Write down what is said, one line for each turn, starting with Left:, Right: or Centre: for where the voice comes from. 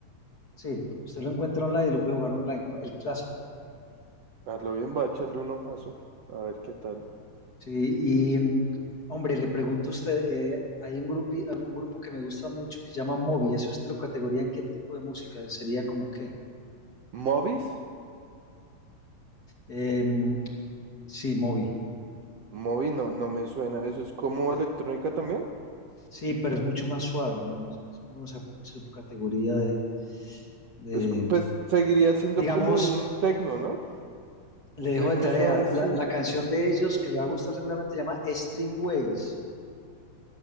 Left: Sí, usted lo encuentra online y lo puede jugar online, el clásico.
Right: a lo bien va a echarle un ojazo, a ver qué tal.
Left: Sí, y mm, hombre, le pregunto a usted, eh, hay un grupo, un grupo que me gusta mucho que se llama Moby, ¿eso usted lo categoría en qué tipo de música? ¿Sería como qué?
Right: ¿Movies?
Left: Em, sí, Moby.
Right: Movies no, no me suena. ¿Eso es como electrónica también?
Left: Sí, pero es mucho más suave, ¿no? No Es es como una sub- subcategoría de, de-
Right: Es co- pues seguiría siendo
Left: digamos,
Right: como un tecno, ¿no?
Left: le
Right: Un tecno
Left: dejo de tarea,
Right: suavecito.
Left: la, la canción de ellos que le va a gustar seguramente se llama Streamways.